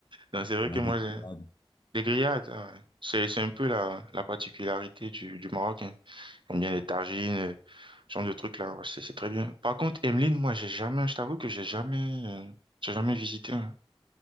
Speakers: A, on the right (about 55°); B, on the left (about 45°).
A: Non, c'est vrai
B: Ah,
A: que moi,
B: des grillades.
A: j'ai... Les grillades, ah ouais. c'est c'est un peu la, la particularité du, du Maroc. J'aime bien les tagines, euh, ce genre de trucs là, ouais, c'est c'est très bien. Par contre, Emeline, moi, j'ai jamais, je t'avoue que j'ai jamais, euh, j'ai jamais visité, hein.